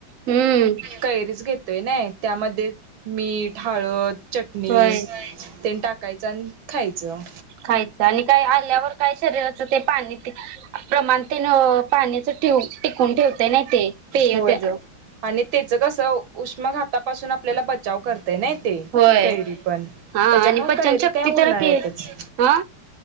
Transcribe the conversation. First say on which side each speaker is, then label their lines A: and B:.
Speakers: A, on the right; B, on the right.
A: हम्म
B: कैरीच घे तय नाहय त्यामध्ये मीठ हळद चटणी
A: होय
B: तेन टाकायचं आणि खायचं.
A: खायचं आणि काय आ त्यावर काय शरीराच ते पाणी ते प्रमाण तेन पाण्याच ट्यू कोण ठेवतय नाय ते. पेय
B: होय
A: त्याच
B: आणि त्याच कसं उष्मखा तपासून आपल्याला बचाव कर नाय ते
A: होय
B: कैरी पण
A: हा
B: त्याच्यामुळ
A: आणि पचन
B: कैरी
A: शक्ती
B: काय उन्हाळ्यातच
A: तर के हा